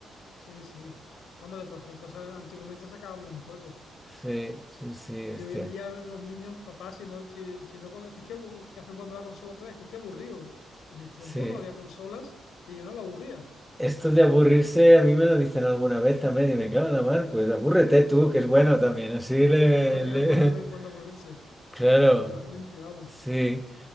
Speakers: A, on the left; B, in the centre.
A: Sí, sí. Vamos, de cualquier cosa, antiguamente sacábamos un juego.
B: Sí, sí, sí,
A: Y
B: hostia.
A: hoy en día los niños, papá, si no, si, si no, con- es que estoy aburrido, ¿qué haces jugando a la consola otra vez? Que estoy aburrido. En mis tiempos
B: Sí.
A: no había consolas y yo no me aburría.
B: Esto de aburrirse, a mí me lo dicen alguna vez también y me cago en la mar, pues abúrrete tú, que es bueno también, así le...
A: También
B: le-
A: es bueno de vez en
B: <laughs>
A: cuando aburrirse.
B: Claro,
A: Totalmente, vamos.
B: sí,